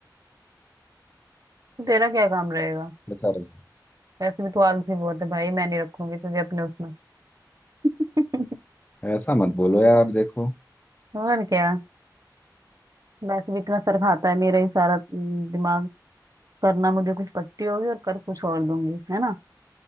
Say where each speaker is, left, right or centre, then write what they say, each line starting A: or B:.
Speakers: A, on the right; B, on the left.
A: तो तेरा क्या काम रहेगा
B: कैसा रहेगा
A: वैसे भी तू आलसी बहुत है भाई मैं नहीं रखूंगी तुझे अपने उसमें <laughs>
B: ऐसा मत बोलो यार देखो
A: और क्या वैसे भी इतना सर खाता है मेरा ही सारा हम्म, दिमाग करना मुझे कुछ पट्टी होगी और कर कुछ और दूंगी है ना